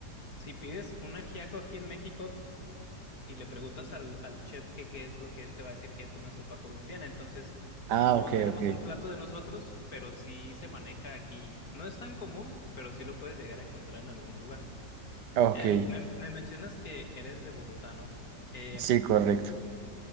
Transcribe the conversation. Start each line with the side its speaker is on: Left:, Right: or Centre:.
Left: Si pides un ajiaco aquí en México y le preguntas al, al chef que qué es lo que es, te va a decir que es una sopa colombiana. Entonces,
Right: Ah,
Left: no
Right: ok,
Left: tenemos
Right: ok.
Left: un plato de nosotros, pero sí se maneja aquí. No es tan común, pero sí lo puedes llegar a encontrar en algún lugar.
Right: Ok,
Left: Em, me, me mencionas que eres de Bogotá, ¿no? Em,
Right: sí, correcto.